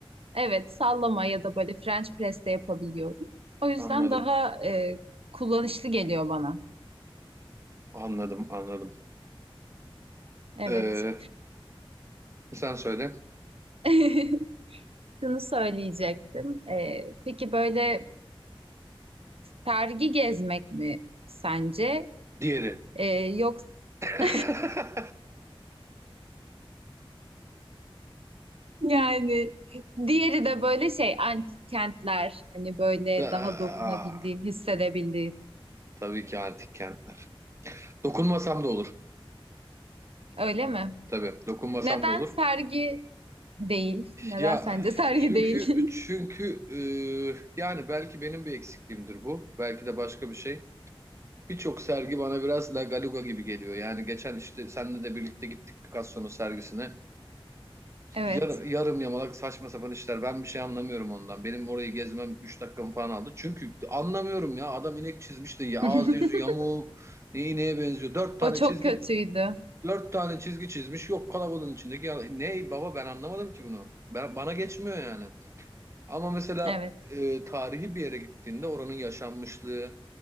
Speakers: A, on the right; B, on the right.
A: Evet, sallama ya da böyle French press de yapabiliyorum. O yüzden
B: Anladım,
A: daha e, kullanışlı geliyor bana.
B: anladım, anladım.
A: Evet.
B: Ee, sen söyle.
A: <laughs> Şunu söyleyecektim. E, peki böyle sergi gezmek mi sence?
B: Diğeri.
A: E, yoksa
B: <laughs>
A: <laughs> yani diğeri de böyle şey antik kentler hani böyle
B: Ta-
A: daha dokunabildiğin,
B: Aa,
A: hissedebildiğin.
B: Tabii ki antik kentler. Dokunmasam da olur.
A: Öyle mi?
B: Tabii, dokunmasam
A: Neden
B: da olur.
A: sergi değil? Neden
B: Ya
A: sence sergi
B: çünkü
A: değil? <laughs>
B: çünkü e, yani belki benim bir eksikliğimdir bu. Belki de başka bir şey. Birçok sergi bana biraz La Galuga gibi geliyor. Yani geçen işte seninle de birlikte gittik Picasso'nun sergisine.
A: Evet.
B: Yar, yarım yamalak saçma sapan işler. Ben bir şey anlamıyorum ondan. Benim orayı gezmem 3 dakikamı falan aldı. Çünkü anlamıyorum ya. Adam inek çizmiş de ya,
A: <laughs>
B: ağzı yüzü yamuk. Neyi neye benziyor? Dört tane
A: O çok
B: çizgi
A: kötüydü.
B: Dört tane çizgi çizmiş. Yok kalabalığın içindeki. Ya, ne baba ben anlamadım ki bunu. Ben, bana geçmiyor yani. Ama mesela
A: Evet.
B: e, tarihi bir yere gittiğinde oranın yaşanmışlığı